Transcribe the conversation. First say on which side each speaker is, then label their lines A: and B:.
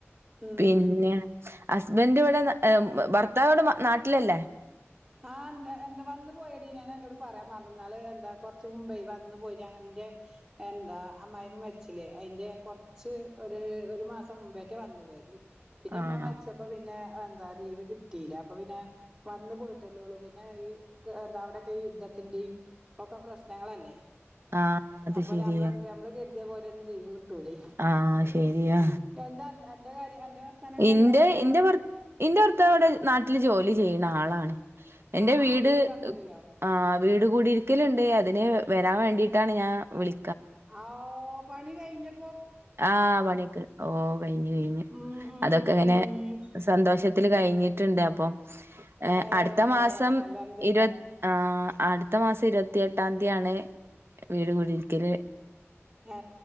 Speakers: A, on the right (about 30°); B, on the right (about 55°).
A: ഉം
B: പിന്നെ
A: ഉം
B: ഹസ് ബൻഡ് ഇവിടെ ഭർത്താവ് വടെ നാട്ടിലല്ലേ
A: ആഹ് ന്ത എന്താ വന്ന് പോയെടീ ഞാൻ അന്നോട് പറയാൻ മറന്നു. ഇന്നാള് എന്താ കൊറച്ച് മുമ്പേയ് വന്നു പോയി ഞാ ന്റെ എന്താ അമ്മായിമ്മ മരിച്ചില്ലേ അയിന്റെ കൊർച്ച് ഒര് ഒരു മാസം മുമ്പേറ്റെ വന്നു പോയത് പിന്നെ ഇമ്മ
B: ആണോ?
A: മരിച്ചപ്പോ പിന്നെ എന്താ ലീവ് കിട്ടീല്ല അപ്പൊ പിന്നെ വന്ന് പോയി ട്ടൊല്ലേ ഉള്ളൂ പിന്നെ ഈ എന്താ അവിടെയൊക്കെ യുദ്ധത്തിന്റിം ഒക്കെ പ്രശ്നങ്ങളല്ലേ
B: ആ അത്
A: അപ്പൊ
B: ശരിയാ.
A: ഞമ്മള ഞമ്മള് കരുതിയ പോലെ ഒന്നും ലീവ് ട്ടൂലേ.
B: ആ ശരിയാ.
A: ഉം എന്താ അന്റെ കാര്യം അന്റെ വർത്താനൊക്കെ
B: ഇന്റെ
A: എന്താണ് അന്റെ
B: ഇന്റെ ഭർ ഇന്റെ ഭർത്താവ്ടെ നാട്ടില് ജോലി ചെയ്യണാ ആളാണ് എന്റെ
A: ആ
B: വീട്
A: അത് ഈ പറഞ്ഞില്ലല്ലോ
B: ആ വീട് കുടി ക്കല്ണ്ട് അതിന് വരാൻ വേണ്ടിയിട്ടാണ് ഞാൻ വിളി
A: ആ വൂ പണി കഴിഞ്ഞു
B: ആ പണിക്ക് ഓ കഴിഞ്ഞു കഴിഞ്ഞു
A: ഉം ഉം
B: അതൊക്കെ അങ്ങനെ സന്തോഷം ത്യത്തില് കഴിഞ്ഞിട്ടുണ്ട്. അപ്പം ഏ
A: ഏഹ്
B: അടുത്ത മാസം
A: അൽഹംദുലില്ലാ
B: ഇരുപ ആ അടുത്ത മാസം ഇരുപത്തി എട്ടാംതിയാണ് വീട് കുടിരിക്കല്
A: ഹേ